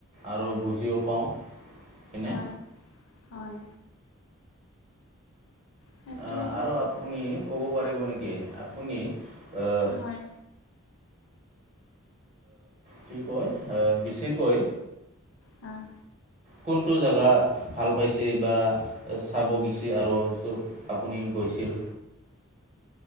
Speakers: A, on the right; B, on the left.
A: আৰু বুজিও পাওঁ। হয়নে
B: হয়', হয়। সেইটোৱে
A: আহ আৰু আপুনি ক'ব পাৰিব নেকি আপুনি আহ
B: হয়।
A: কি কয় বেছিকৈ
B: অ',
A: কোনটো জেগা ভাল পাইছে বা চাব গৈছে আৰু য'ত আপুনি গৈছিল।